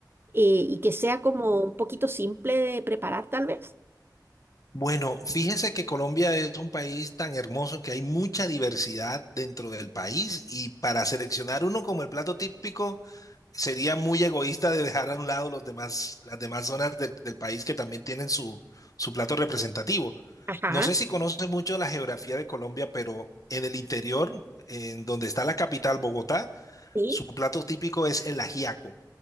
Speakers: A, on the right; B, on the left.
A: eh, y que sea como un poquito simple de preparar tal vez?
B: Bueno, fíjese que Colombia es un país tan hermoso que hay mucha diversidad dentro del país y para seleccionar uno como el plato típico sería muy egoísta de dejar a un lado los demás, las demás zonas del, del país que también tienen su, su plato representativo.
A: Ajá,
B: No sé si conoce mucho la geografía de Colombia, pero en el interior, en donde está la capital, Bogotá,
A: sí.
B: su plato típico es el ajiaco,